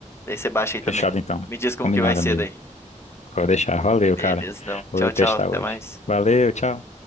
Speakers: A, on the left; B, on the left.
A: Daí você baixa aí também.
B: fechado então.
A: Me diz como
B: Combinada
A: que vai ser
B: mesmo.
A: daí.
B: Vou deixar. Valeu,
A: Beleza,
B: cara.
A: então.
B: Vou
A: Tchau, tchau.
B: testar
A: Até
B: hoje.
A: mais.
B: Valeu, tchau.